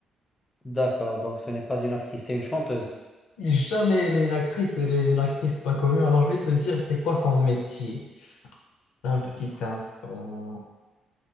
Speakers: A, on the left; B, on the left.
A: D'accord. Donc, ce n'est pas une actrice, c'est une chanteuse.
B: Jamais elle est une actrice, elle est une actrice pas connue. Alors, je vais te dire, c'est quoi son métier? Un petit instant.